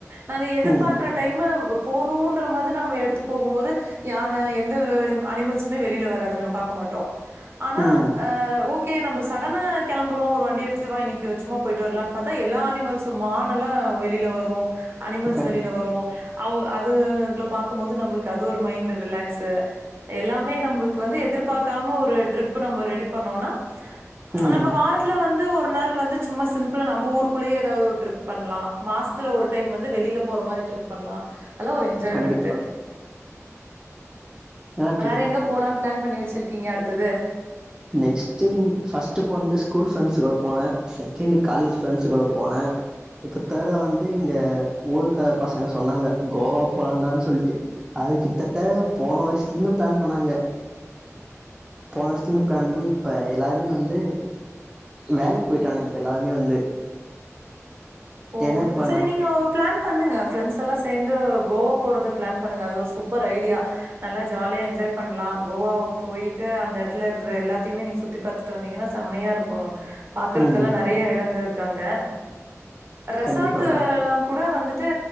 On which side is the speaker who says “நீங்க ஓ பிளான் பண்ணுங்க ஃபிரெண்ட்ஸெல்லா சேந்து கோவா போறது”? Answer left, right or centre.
Right